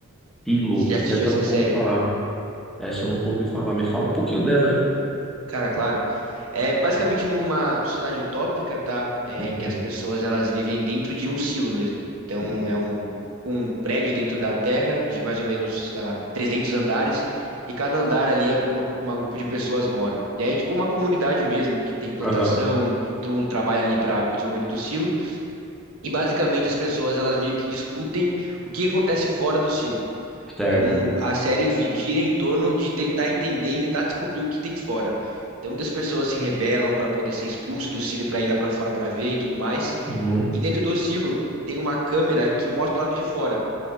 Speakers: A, in the centre; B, on the right (about 80°).
A: Pilo,
B: Você
A: puta,
B: já assistiu
A: essa
B: essa
A: eu nunca
B: série?
A: ouvi falar. Essa eu nunca ouvi falar. Me fala um pouquinho dela aí.
B: Cara, claro. É basicamente numa sociedade utópica, tá? É,
A: Uhum,
B: em que as pessoas elas vivem dentro de um silo mesmo. Então
A: uhum.
B: é um, um prédio dentro da Terra de mais ou menos, sei lá, 300 andares e cada andar ali é uma, uma grupo de pessoas mora. E aí é tipo uma comunidade mesmo que tem plantação,
A: Aham.
B: todo mundo trabalha ali para o desenvolvimento do silo e basicamente as pessoas elas meio que discutem o que acontece fora do silo.
A: Certo.
B: Então a série vi- gira em torno de tentar entender e tentar descobrir o que tem fora. Então muitas pessoas se rebelam para poder ser expulso do silo para ir lá para fora para ver e tudo mais.
A: Uhum,
B: E dentro do silo tem uma câmera que mostra o lado de fora,